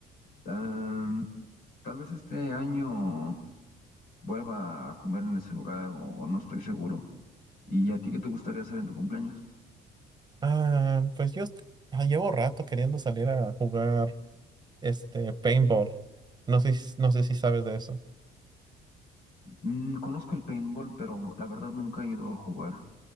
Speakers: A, on the left; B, on the right.
A: Ah, tal vez este año vuelva a comer en ese lugar o, o no estoy seguro. ¿Y a ti qué te gustaría hacer en tu cumpleaños?
B: Ah, pues yo est- ah, llevo rato queriendo salir a jugar Este, paintball. No sé, si- no sé si sabes de eso.
A: Mm, conozco el paintball, pero la verdad nunca he ido a jugar.